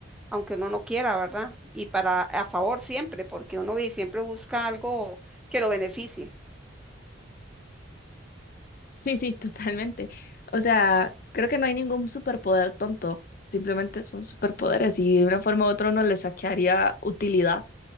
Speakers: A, in the centre; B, on the left.
A: aunque uno no quiera, ¿verdad? Y para a favor siempre, porque uno vi- siempre busca algo que lo beneficie.
B: Sí, sí, <laughs> totalmente. O sea, creo que no hay ningún superpoder tonto, simplemente son superpoderes y de una forma u otra uno le saquearía utilidad.